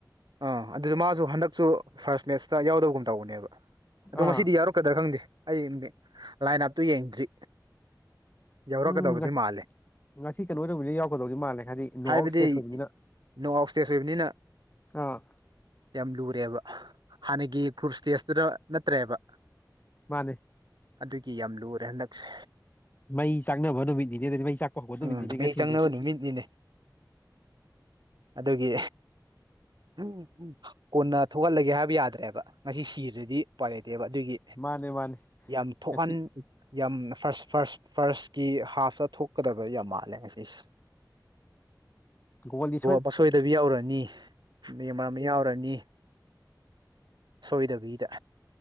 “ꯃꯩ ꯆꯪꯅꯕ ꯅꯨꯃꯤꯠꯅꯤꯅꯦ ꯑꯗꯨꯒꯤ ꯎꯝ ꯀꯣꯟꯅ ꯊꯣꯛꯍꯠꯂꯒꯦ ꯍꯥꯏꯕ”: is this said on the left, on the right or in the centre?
Right